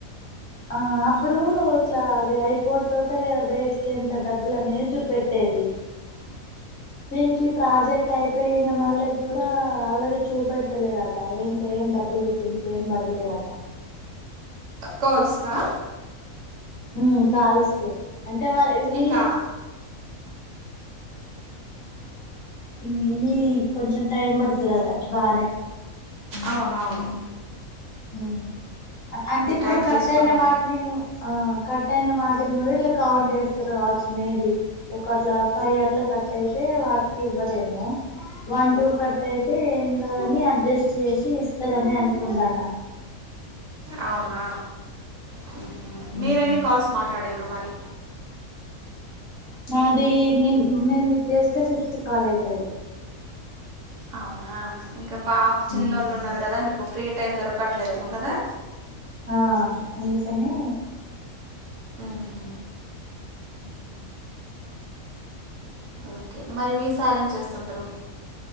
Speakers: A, on the left (about 50°); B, on the right (about 65°).
A: ఆ అప్పుడు ఇట్లా అవి అయిపోడ్ తోటే వేటికి ఎంత డబ్బులు అనే చూపెట్టేది
B: ఇ
A: దీనికి ప్రాజెక్ట్ టయిపెయిన మళ్ళక్ కూడా ఆల్ రడీ చూపెడతలేదట ఇంక్ ఏం డబ్బులెస్ ల్ ఇంకేం పడ లేదట
B: కాల్స్ కా
A: ఉమ్ కాల్స్ కి అంటే వాళ్ళ ఇవి
B: ఇంకా
A: ఎన్ని కొంచమ్ టైం పడతదట బానే
B: అవునవును
A: హుమ్ అం అంటే ఇప్పుడు
B: టైం
A: కట్
B: తీసుకున్నా
A: అయిన వాట్ నీ ఊ ఆ కట్ అయిన వాటిని కూడా ఇట్లా కౌంట్ ఎస్తుర్ కావచ్చు మేబి కట్లా ఫై అట్ల కట్ అయితే వాటికి ఇవ్వరేమో వన్ టూ కట్ అయితే ఏం కదని అడ్ జస్ట్ చేసి ఇస్తారని అనుకుంటాన
B: అవునా హుమ్ మీరేన్ని
A: ఉమ్
B: కాల్స్ మాట్లాడీల్ రుమరి
A: నాది నిన్ నేన్ నీక్ జేస్తే ఫిఫ్త్ కాల్ అయితది
B: అవునా ఇంకా పాప చిన్నోళ్ళు
A: ఉమ్
B: ఉన్నారు కదా మీకు ఫ్రీ టైం దొరకట్లేదేమో కదా
A: ఆ అందుకనే
B: ఆహా
A: <inaudible>
B: ఓకే మరి మీ సార్ ఏం చేస్తుంటరు